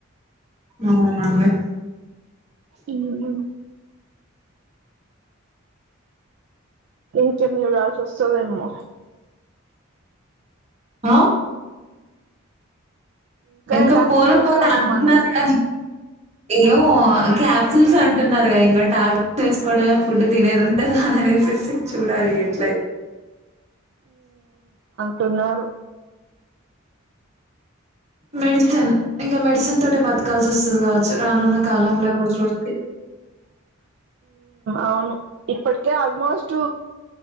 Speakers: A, on the right; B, on the right.
A: అవునండి
B: ఉహ ఇంకేం చూడాల్సి వస్తుందేమో
A: ఆ ఇంకా
B: ఎలాంటివి
A: పోన్
B: చూస్తామో
A: పోన్ అని అంటున్నరు
B: మనం
A: కాని ఏమో క్యాప్సిల్స్ అంటున్నారుగా ఇంగా టాబ్లెట్స్ వేసుకోవడమే ఫుడ్ తినేది ఉంట అనిది వచ్చేసి చూడాలిగా ఎట్లా అయి
B: తిన్నారు
A: మెడిసన్ ఇంగ మెడిసన్ తో బత్కాల్సొస్ కావచ్చు రానున్న కాలం లా రోజు రోజుకి
B: అవును ఇప్పు అయితే ఆల్మోస్ట్